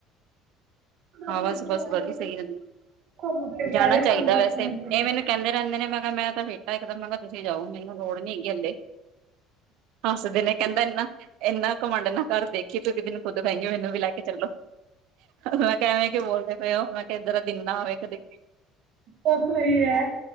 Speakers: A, on the right; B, on the right.
A: ਦਸ
B: ਹਾਂ
A: ਮਿੰਟ
B: ਬਸ
A: ਲਈ
B: ਬਸ
A: ਐਵੇਂ
B: ਵਧੀਆ ਸਹੀ ਰਹਿੰਦੀ
A: ਘੁੰਮ ਫਿਰ ਕੇ
B: ਜਾਣਾ
A: ਆਏ
B: ਚਾਹੀਦਾ
A: ਪੰਜ ਦਸ
B: ਵੈਸੇ
A: ਮਿੰਟ ਲਈ
B: ਇਹ ਮੈਨੂੰ ਕਹਿੰਦੇ ਰਹਿੰਦੇ ਨੇ ਮੈਂ ਕਿਹਾ ਮੈਂ ਫੇਟਾ ਇੱਕਦਮ ਮੈਂ ਕਿਹਾ ਤੁਸੀਂ ਜਾਓ ਮੈਨੂੰ ਲੋੜ ਨੀ ਹੈਗ ਹੱਲੇ ਹੱਸਦੇ ਨੇ ਕਹਿੰਦਾ ਇਨਾ ਇੰਨਾ ਘਮੰਡ ਨਾ ਘਰ ਦੇਖੀ ਤੂੰ ਇੱਕ ਦਿਨ ਖੁਦ ਕਹੇਗੀ ਮੈਨੂੰ ਵੀ ਲੈ ਕੇ ਚਲੋ ਮੈਂ ਕਹਿ ਐਵੇ ਬੋਲਦੇ ਪਏ ਉਹ ਮੈਂ ਕਿਹਾ ਇਦਾ ਦਿਨ ਨਾ ਆਵੇ ਕਦੇ।
A: ਬਸ ਇਹੀ ਹੈ